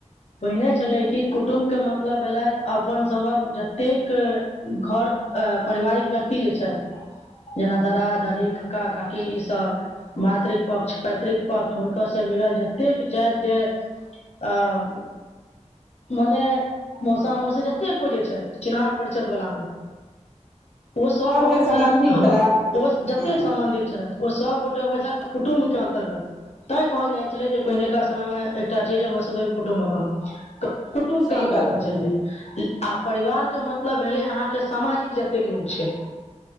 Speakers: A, on the left; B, in the centre.
A: पहिने छलै कि कुटुम्ब केँ मतलब भेलथि अपन सभ कऽ जतेक घर परिवारिक व्यक्ति जे छैथ जेना दादा दादी काका काकी ई सभ मातृकपक्ष पैतृक पक्ष हुनकरँ मिलल जतेक ई छथि जे आ मने मौसा मौसी जतेक को जे छथि चिन्हार परिचायत वला में ओ सभ अबै
B: जे सम्बन्धी
A: छलै हँ
B: भेला
A: ओ जतेक
B: हूँ
A: सम्बन्धित छलैथ ओ सभ गोटे अबै छल कुटुम्ब के अन्तर्गत तै कहल जाई छलै जे पहिनेका समय मे छै जे वसुधेव कुटुम्बकह कुटुम
B: सही
A: के अन्तर्गत
B: बात छै
A: छलै
B: हूँ
A: जे आब। परिवार के मतलब भेलै अहाँकेँ समाजिक जतेक लोक छै